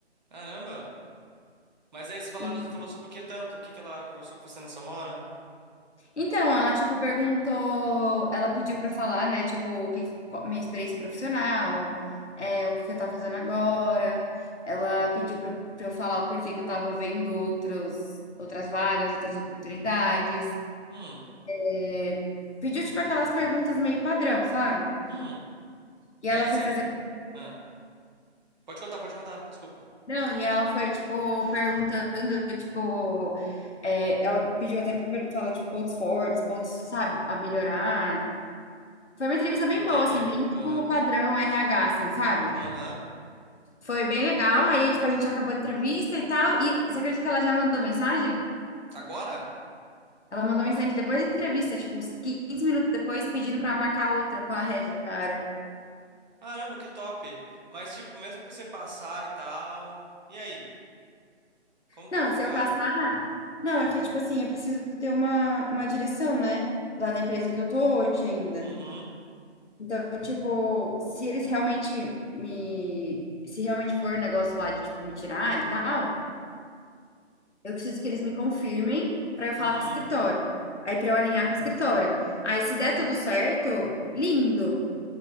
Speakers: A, on the right; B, on the left.
A: Caramba. Mas aí, você falaram,
B: E-
A: falou sobre o que tanto? O que que ela conversou com você nessa hora?
B: Então, ela, tipo, perguntou, ela pediu pra falar, né, tipo, o que, qual- minha experiência profissional, é, o que que eu tava fazendo agora. Ela pediu pra, pra eu falar o porquê que eu tava vendo outros, outras vagas, outras oportunidades.
A: Hum,
B: É, Pediu, tipo, aquelas perguntas meio padrão, sabe?
A: hum.
B: E
A: E
B: ela
A: aí,
B: foi
A: você?
B: fazer
A: Ah, pode contar, pode contar. Desculpa.
B: Não, e ela foi, tipo, perguntando, tipo, é, ela pediu até para falar, tipo, pontos fortes, pontos, sabe, a melhorar. Foi uma entrevista bem
A: Entendi.
B: boa, assim, bem, tipo,
A: Aham,
B: o padrão RH, assim, sabe?
A: aham.
B: Foi bem legal, aí, tipo, a gente acabou a entrevista e tal, e você acredita que ela já mandou mensagem?
A: Agora?
B: Ela mandou mensagem depois da entrevista, tipo, uns 15 minutos depois, pedindo para marcar outra com a head da área.
A: Caramba, que top. Mas, tipo, mesmo que você passar e tal... E aí? Como que
B: Não,
A: vai
B: se
A: ficar?
B: eu passar... Não, é que, tipo assim, eu preciso ter uma, uma direção, né? Lá da empresa que eu tô hoje ainda.
A: Uhum,
B: Então, tipo, se eles realmente me. Se realmente for um negócio lá de, tipo, me tirar e tal, eu preciso que eles me confirmem pra eu falar
A: uhum.
B: com o escritório. Aí, pra eu alinhar com o escritório. Aí, se der tudo certo, lindo,